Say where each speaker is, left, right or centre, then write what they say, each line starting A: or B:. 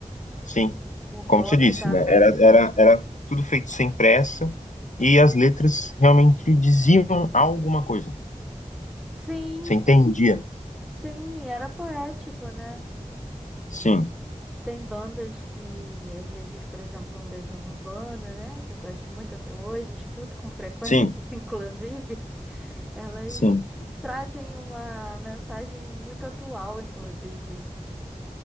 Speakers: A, on the left; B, in the centre.
A: Sim,
B: O rock
A: como você disse,
B: tava.
A: né? Era, era, era tudo feito sem pressa e as letras realmente diziam alguma coisa.
B: Sim,
A: Você entendia?
B: sim, era poético, né?
A: Sim,
B: Tem bandas que, às vezes, por exemplo, um Legião Urbana, né? Que eu gosto muito até hoje, escuto com frequência,
A: sim,
B: <laughs> inclusive. Elas
A: sim.
B: trazem uma mensagem muito atual, inclusive.